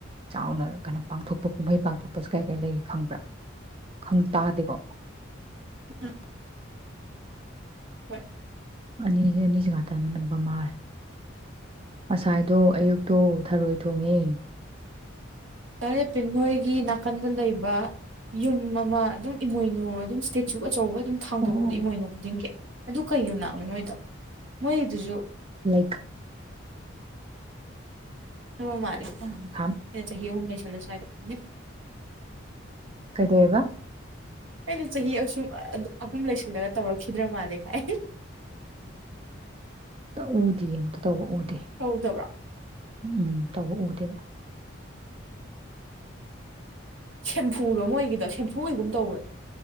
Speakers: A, on the right; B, on the right.
A: ꯆꯥꯎꯅ ꯀꯩꯅꯣ ꯄꯥꯡꯊꯣꯛꯄ ꯀꯨꯝꯍꯩ ꯄꯥꯡꯊꯣꯛꯄꯁꯤ ꯀꯥꯏ ꯀꯥꯏ ꯂꯩꯒꯦ ꯈꯪꯕ꯭ꯔꯥ ꯈꯪ ꯇꯥꯗꯦꯀꯣ
B: ꯎꯝ ꯍꯣꯏ
A: ꯑꯅꯤꯁꯦ ꯑꯅꯤꯁꯤ ꯉꯥꯛꯇꯅ ꯅꯝꯕ ꯃꯥꯜꯂꯦ ꯉꯁꯥꯏꯗꯣ ꯑꯌꯨꯛꯇꯣ ꯊꯔꯣꯏꯗ ꯇꯨꯝꯃꯤꯌ‌ꯦ
B: ꯇꯥꯔꯦꯠ ꯇꯤꯝ ꯍꯣꯏꯒꯤ ꯅꯥꯀꯟꯗ ꯂꯩꯕ ꯌꯨꯝ ꯑꯃ ꯑꯗꯨꯝ ꯏꯃꯣꯏꯅꯨ ꯑꯗꯨꯝ ꯏꯁꯇꯦꯆꯨ ꯑꯣꯏ ꯑꯆꯧꯕ ꯑꯗꯨꯝ ꯊꯥꯡꯗꯣꯛꯄꯗꯣ
A: ꯑꯣ
B: ꯏꯃꯣꯏꯅꯨ ꯈꯨꯗꯤꯡꯒꯤ ꯑꯗꯨ ꯀꯩ ꯌꯨꯝꯅꯥꯛ ꯑꯥ ꯃꯣꯏꯗ‌ꯣ ꯃꯣꯏꯗꯨꯁꯨ
A: ꯂꯩꯈꯥꯝ
B: ꯍꯥꯏꯕꯥ ꯃꯥꯜꯂ‌ꯦ
A: ꯂꯩꯈꯥꯝ
B: ꯈꯪꯗ‌ꯦ
A: ꯈꯥꯝ
B: ꯆꯍꯤ ꯑꯍꯨꯝ ꯂꯩꯁꯤꯜ ꯁꯨ꯭ꯋꯥꯏꯗ ꯈꯪꯗ‌ꯦ
A: ꯀꯩꯗꯧꯑ‌ꯦꯕ
B: ꯑꯩꯅ ꯆꯍꯤ ꯑꯁꯨꯛ ꯑꯍꯨꯝ ꯂꯩꯁꯤꯜꯂꯒ ꯇꯧꯔꯛꯈꯤꯗ꯭ꯔ ꯃꯥꯜꯂꯦ ꯀꯥꯏ꯫
A: ꯑꯝꯇꯥ ꯎꯗꯤꯌ‌ꯦ ꯑꯝꯇ ꯇꯧꯕ ꯎꯗꯤ ꯗ‌ꯦ
B: ꯇꯧꯗꯕ꯭ꯔꯣ
A: ꯎꯝ ꯎꯝ ꯇꯧꯕ ꯎꯗꯦꯕ
B: ꯁꯦꯝꯐꯨꯗꯣ ꯑꯃ ꯃ‌ꯣꯏꯒꯤꯗꯣ ꯁꯦꯝꯐꯨ ꯑꯣꯏꯒꯨꯝ ꯇꯧꯕ